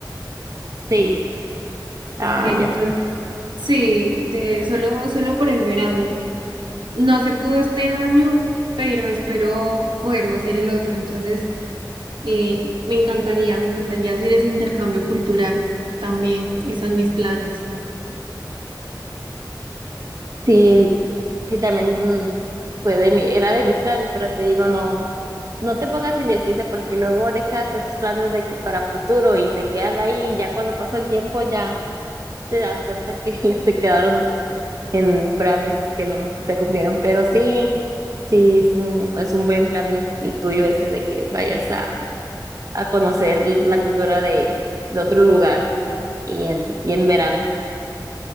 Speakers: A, on the right; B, on the right.
A: Sí. Ah,
B: Entonces,
A: ya.
B: sí, de solo, solo por el verano. No se pudo este año, pero espero poderlo hacer el otro. Entonces, eh, me encantaría, me encantaría hacer ese intercambio cultural también. Están mis planes.
A: Sí, sí, también mm, fue de mi, era de mis planes, pero te digo, no, no te pongas indecisa porque luego dejas esos planes de que para futuro y se quedan ahí y ya cuando pasa el tiempo ya te das cuenta que <laughs> se quedaron en planes que no se cumplieron. Pero sí, sí, es un, es un buen plan el, el tuyo ese de que vayas a a conocer la cultura de, de otro lugar y en, y en verano.